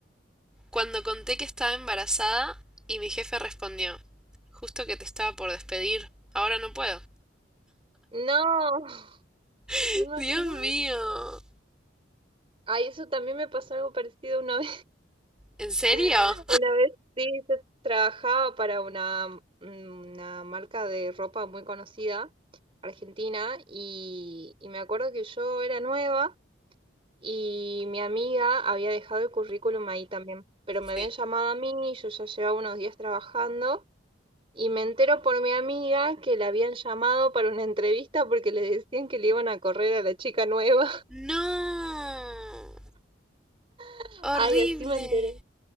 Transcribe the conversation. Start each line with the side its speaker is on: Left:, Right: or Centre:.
Centre: Cuando conté que estaba embarazada y mi jefe respondió, justo que te estaba por despedir, ahora no puedo.
Right: No, <laughs>
Centre: <laughs>
Right: ¿te imaginas?
Centre: Dios mío.
Right: Ay, eso también me pasó algo parecido una vez.
Centre: ¿En serio?
Right: <laughs> Una vez, sí, yo trabajaba para una, mm, una marca de ropa muy conocida, argentina, y, y me acuerdo que yo era nueva. Y mi amiga había dejado el currículum ahí también, pero me
Centre: Sí.
Right: habían llamado a mí, y yo ya llevaba unos días trabajando, y me entero por mi amiga que la habían llamado para una entrevista porque le decían que le iban a correr a la chica nueva.
Centre: No.
Right: <laughs>
Centre: Horrible.
Right: Ay, así me enteré.